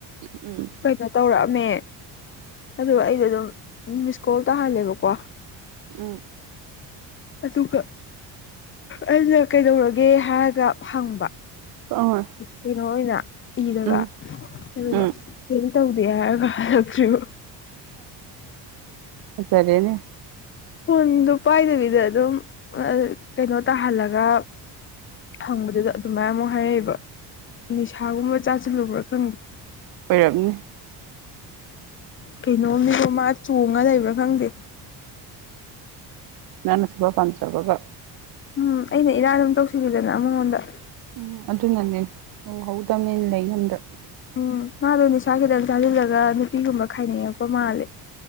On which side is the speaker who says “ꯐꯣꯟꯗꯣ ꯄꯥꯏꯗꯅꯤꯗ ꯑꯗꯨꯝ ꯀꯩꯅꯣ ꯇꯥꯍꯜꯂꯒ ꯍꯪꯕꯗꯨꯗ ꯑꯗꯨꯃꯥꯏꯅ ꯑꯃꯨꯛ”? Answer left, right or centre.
Left